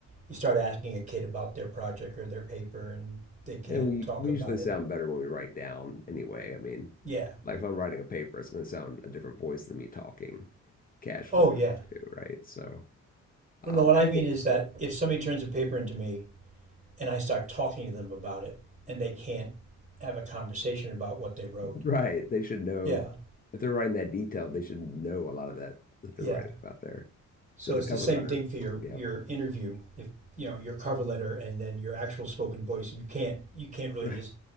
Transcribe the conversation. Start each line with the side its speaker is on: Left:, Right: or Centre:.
Right: you start asking a kid about their project or their paper and they can't
Left: And we,
Right: talk
Left: we
Right: about
Left: usually sound
Right: it.
Left: better when we write down anyway. I mean,
Right: Yeah.
Left: like if I'm writing a paper, it's going to sound a different voice than me talking casually,
Right: Oh yeah.
Left: too, right? So,
Right: Well,
Left: um,
Right: no, what I
Left: actually,
Right: mean is that if somebody turns a paper into me and I start talking to them about it and they can't have a conversation about what they wrote.
Left: Right. They should know
Right: Yeah.
Left: if they're writing that detail, they should know a lot of that that they're
Right: Yeah.
Left: writing about there.
Right: So
Left: So the
Right: it's
Left: cover
Right: the same
Left: letter,
Right: thing for your
Left: yeah,
Right: your interview. If you know your cover letter and then your actual spoken voice, you can't you can't really
Left: right.
Right: just